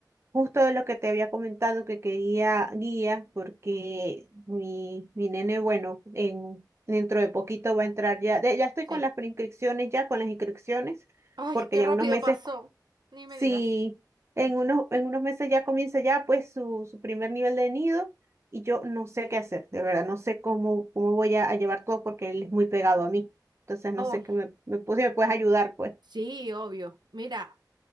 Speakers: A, on the right (about 40°); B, on the right (about 75°).
A: Justo de lo que te había comentado que quería guía, porque mi, mi nene, bueno, en, dentro de poquito va a entrar ya, de- ya estoy
B: sí.
A: con las preinscripciones, ya con las inscripciones,
B: Ay,
A: porque
B: qué
A: ya
B: rápido
A: unos meses,
B: pasó. Ni
A: sí,
B: me digas.
A: en unos, en unos meses ya comienza ya pues su, su primer nivel de nido y yo no sé qué hacer, de verdad, no sé cómo, cómo voy a, a llevar todo porque él es muy pegado a mí, entonces no
B: Oh,
A: sé qué me, me, pues, si me puedes ayudar pues.
B: sí, obvio. Mira,